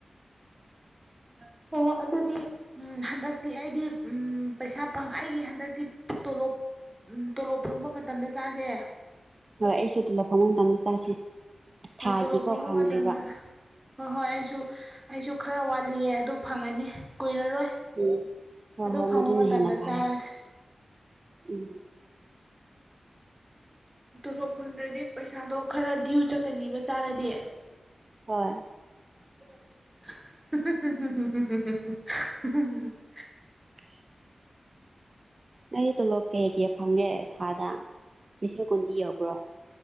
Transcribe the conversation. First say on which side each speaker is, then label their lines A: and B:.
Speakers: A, on the right; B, on the right.
A: <unintelligible>
B: ꯑꯣ ꯑꯗꯨꯗꯤ ꯎꯝ ꯍꯟꯗꯛꯇꯤ ꯑꯩꯗꯤ ꯎꯝ ꯄꯩꯁꯥ ꯄꯪꯉꯥꯏꯒꯤ ꯍꯟꯗꯛꯇꯤ ꯇꯣꯂꯣꯞ ꯎꯝ ꯇꯣꯂꯣꯞ ꯐꯪꯕ ꯃꯇꯝꯗ ꯆꯥꯁꯦ
A: ꯍꯣꯏ ꯑꯩꯁꯦ ꯇꯣꯂꯣꯞ ꯐꯪꯕ ꯃꯇꯝꯗ ꯆꯥꯁꯤ
B: ꯍꯣꯏ
A: ꯊꯥꯒꯤꯀꯣ
B: ꯇꯣꯂꯣꯞ ꯐꯪꯕ
A: ꯐꯪꯗ꯭ꯔꯤꯕ꯫
B: ꯃꯇꯝꯗ ꯍꯣꯏ ꯍꯣꯏ ꯑꯩꯁꯨ ꯑꯩꯁꯨ ꯈꯔ ꯋꯥꯠꯂꯤꯌꯦ ꯑꯗꯨ ꯐꯪꯉꯅꯤ ꯀꯨꯏꯔꯔꯣꯏ
A: ꯎꯝ ꯍꯣꯏ
B: ꯑꯗꯨ
A: ꯍꯣꯏ
B: ꯐꯪꯕ
A: ꯃꯗꯨꯅ
B: ꯃꯇꯝꯗ
A: ꯍꯦꯟꯅ ꯐꯔꯦ
B: ꯆꯥꯔꯁ
A: ꯎꯝ
B: ꯇꯣꯂꯣꯞ ꯐꯪꯗ꯭ꯔꯗꯤ ꯄꯩꯁꯥꯗꯣ ꯈꯔ ꯗ꯭ꯌꯨ ꯆꯠꯀꯅꯦꯕ ꯆꯥꯔꯗꯤ
A: ꯍꯣꯏ
B: <unintelligible>
A: ꯑꯁ ꯅ ꯇꯣꯂꯣꯞ ꯀꯩ ꯀꯩ ꯀꯩ ꯐꯪꯒꯦ ꯊꯥꯗ ꯂꯤꯁꯤꯡ ꯀꯨꯟꯗꯤ ꯌꯧꯕ꯭ꯔꯣ